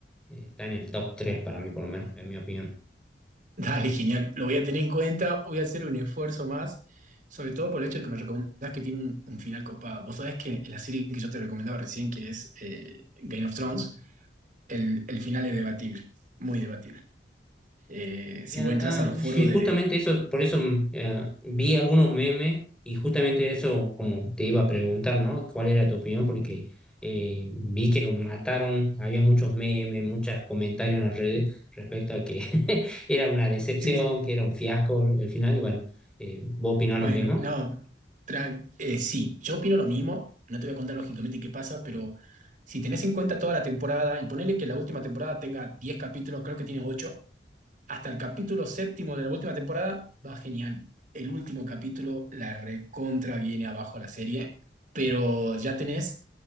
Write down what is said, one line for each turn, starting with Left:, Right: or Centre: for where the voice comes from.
Centre: eh, está en el top 3 para mí, por lo menos, en mi opinión.
Right: Dale, genial. Lo voy a tener en cuenta, voy a hacer un esfuerzo más, sobre todo por el hecho de que me recomendás que tiene un, un final copado. Vos sabés que la serie que yo te recomendaba recién, que es eh, Game of Thrones, el, el final es debatible, muy debatible. Eh, si
Centre: Ah,
Right: vos entras
Centre: ah,
Right: a los foros
Centre: sí,
Right: de...
Centre: justamente eso, por eso mm, eh, vi algunos memes y justamente eso, como te iba a preguntar, ¿no? ¿Cuál era tu opinión? Porque eh, vi que lo mataron, había muchos memes, muchos comentarios en las redes respecto a que <laughs> era una decepción,
Right: Sí.
Centre: que era un fiasco el final, y bueno, eh, ¿vos opinás
Right: Bueno,
Centre: lo mismo?
Right: no, tran- eh, sí, yo opino lo mismo, no te voy a contar lógicamente qué pasa, pero si tenés en cuenta toda la temporada y ponele que la última temporada tenga 10 capítulos, creo que tiene 8 hasta el capítulo séptimo de la última temporada va genial. El último capítulo la recontra viene abajo la serie, pero ya tenés,